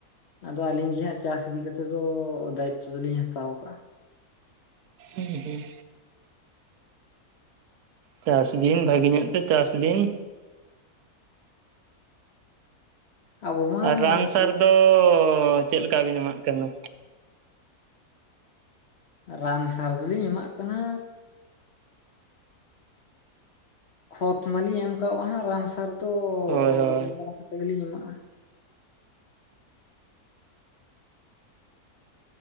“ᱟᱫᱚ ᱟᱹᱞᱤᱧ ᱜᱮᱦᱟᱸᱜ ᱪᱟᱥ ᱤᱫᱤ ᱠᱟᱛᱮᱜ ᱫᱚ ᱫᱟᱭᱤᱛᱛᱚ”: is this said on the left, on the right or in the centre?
Left